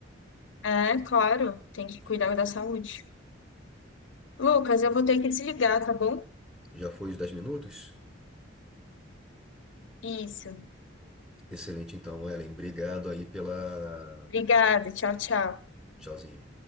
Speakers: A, on the left; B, in the centre.
A: É, claro, tem que cuidar da saúde. Lucas, eu vou ter que desligar, tá bom?
B: Já foi os 10 minutos?
A: Isso.
B: Excelente, então, Ellen. Obrigado aí pela
A: Obrigada, tchau, tchau.
B: Sozinho.